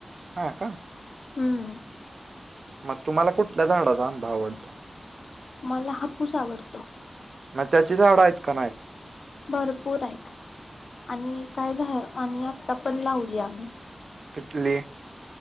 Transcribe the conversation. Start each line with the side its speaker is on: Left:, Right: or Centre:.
Right: हा का
Left: हम्म
Right: मग तुम्हाला कुठल्या झाडाचा आंबा आवडतो
Left: मला हापूस आवडतो
Right: मग त्याची झाडं आहेत का नाहीत
Left: भरपूर आहेत आणि काय झा आणि आता पण लावली आम्ही
Right: प्ले